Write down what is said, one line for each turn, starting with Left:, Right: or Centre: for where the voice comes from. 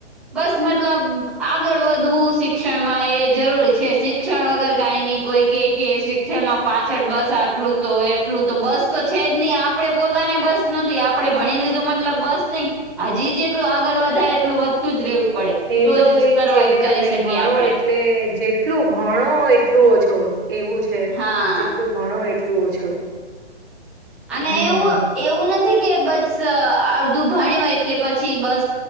Centre: બસ મતલબ આગળ વધવું શિક્ષણમાં એ જરૂરી છે શિક્ષણ વગર કઈ ન કોઈ કે કે શિક્ષણમાં પાછળ બસ આટલું તો એટલું તો બસ તો છે જ નહી આપડે પોતાને બસ નથી આપડે ભણી લીધું મતલબ બસ નહી હજી જેટલું આગળ વધાય એટલું વધતું જ રહેવું પડે
Right: એ તો
Centre: જ
Right: એજ
Centre: સર્વાઈવ
Right: છે કે તમે
Centre: કરી શકીએ
Right: ભણો
Centre: આપણે
Right: એટલે જે એટલું ભણો એટલું ઓછો એવું છે
Centre: હા
Right: જેટલું ભણો એટલું ઓછું
Centre: અને
Right: હમ
Centre: એવું એવું નથી કે બસ અડધું ભણ્યું એટલે પછી બસ